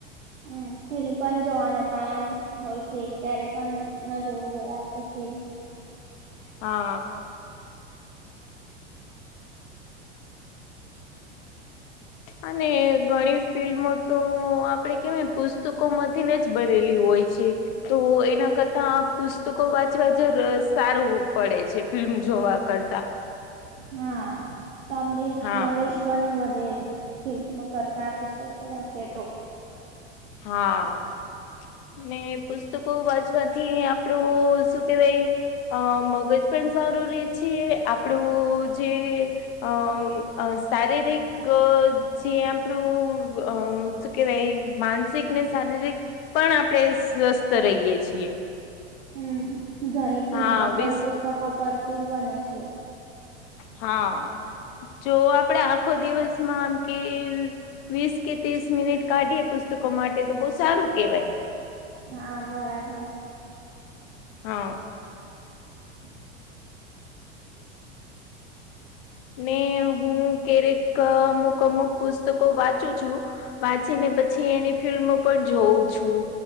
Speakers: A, on the right (about 75°); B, on the left (about 50°).
A: હમ હિલ પન જોવાનો ટાઈમ હોય છે ક્યારે પણ ન જોવું જોઈએ આપે ફિલ્મ.
B: હા અને ઘણી ફિલ્મો તો આપડે કેવાય ન પુસ્તકોમાંથી ને જ બનેલી હોય છે. તો એના કરતા આ પુસ્ પુસ્તકો વાંચવા જ સારું પડે છે, ફિલ્મ જોવા કરતા.
A: હા તો આપણે
B: હા
A: નોલેજ પન વધે. ફિલ્મ કરતા પુસ્તકો વાંચીએ તો.
B: હા ને પુસ્તકો વાંચવાથી આપણું શું કેવાય અ મગજ પન સારું રે છે. આપણું જે અમ અ શારીરિક જે આપણું અ શું કેવાય મા શીક ને શારીરિક પણ આપણે સ્વસ્થ રહીએ છીએ.
A: હમ ઘણી ફિલ્મો
B: હા
A: પણ
B: વીસ
A: પુસ્તકો પરથી જ બને છે.
B: હા જો આપડે આખો દિવસમાં આમ કે વીસ કે તીસ મિનિટ કાઢીએ પુસ્તકો માટે તો બહુ સારું કેવાય.
A: હા બરાબર.
B: હા
A: હમ
B: ને હું કેરેક અમુક અમુક પુસ્તકો વાંચું છું. વાંચીને પછી એની ફિલ્મો પણ જોઉં છું